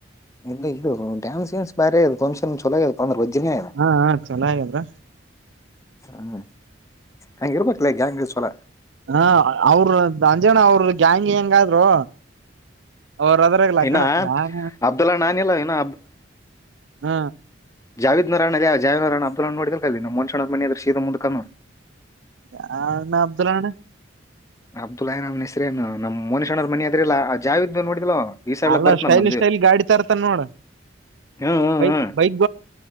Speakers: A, on the left; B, on the right.
A: ಇಲ್ಲ ಇದು ಡ್ಯಾನ್ಸ್ ನ್ಸ್ ಬರೆ ಇದು ಫಂಕ್ಷನ್ ಚಲಾಗ ಇ ಅಂದ್ರೆ ಒಜ್ಜಿನ ಇದು
B: ಹಾ ಚಲೋ ಆಗಿದ್ರ
A: ಹ್ಮ್ ಹಂಗ ಇರ್ಬೇಕಕ್ಲ ಹೆಂಗ ಸಲ
B: ಹ ಅವರು ಅಂಜಣ ಅವರು ಗ್ಯಾಂಗ್ ಹೆಂಗಾದ್ರು ಅವದರ ಲಕ್ಕಣ
A: ಇನ್ನ
B: ಯಾರ
A: ಅಬ್ದುಲ್ ಅಣ್ಣ ಅನಿಲ್ಲ ಇನ್ನ
B: ಹ್ಮ
A: ಜಾವೇ್ ನಾರಾಯಣ ಅದ ಯ ಜಾವೇ್ ನಾರಾಯಣ ಅಬ್ದುಲ್ ನೋಡಿದಲ್ ಕ ನಮ್ಮ ಮನ್ಷನ ಮನ ಅ್ರ ಶೀದ ಮು್ ಕು
B: ಯನ್್ಣ ಅಬ್ದುಲ್ಲಣ
A: ಅಬ್ದುಲ್ಾನಾಮ್ ಹೆಸೇ ನಮ್ಮ ಮೋನೇಶ್ಣ್ಣ್ ಮಿ ಅದ್ರಿಲ್ಲಲ್ಲ ಆ ಜಾವ ಇದ್ದ ನೋಡಿದಲ್ವ ಈ ಸರ್ಲಕ್
B: ಅಲ್ಲ
A: ಬರ್ತ್ನಲ್
B: ಸ್ಟೈಲ್
A: ನಮ್ಜು
B: ಸ್ಟೈಲ್ ಗಾಡಿ ತರ್ತಾನ ನೋಡ
A: ಹ್ಮ್ ಹ್ಮ್
B: ಬೈಕ್
A: ಹ್ಮ್
B: ಬೈಕ್